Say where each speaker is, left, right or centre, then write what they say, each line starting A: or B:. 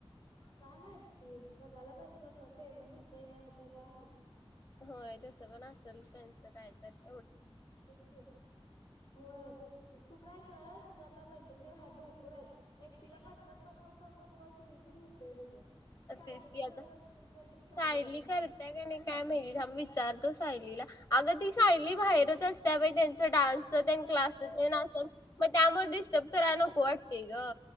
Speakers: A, on the left (about 55°); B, on the left (about 35°).
A: काय माहित ती-बघायला पाहिजे तस पेमेंट होतय नाही होतय ते काय माहित
B: होय तस पण असेल त्यांचं कायतरी
A: हं तेच की होय तेच की तू काय कर तुझ्या आता मैत्रिणीआहेत भरपूर आहेत एकटीला पाच पाच पाच पाच <inaudible> कॉल केली तरी होतंय तुझं
B: असच
A: सायली तेन
B: की
A: करत
B: अग सायली
A: असली तर कर की सायलीला तेन
B: करतय
A: फोन
B: का नाही काय माहीत थांब विचारतो सायलीला अग ती सायली बाहेरच
A: हा
B: असते अग त्यांच डान्सच
A: होय
B: त्यांच क्लासच
A: ते
B: असत मग त्यामुळे डिस्टर्ब करायला नको वाटतय ग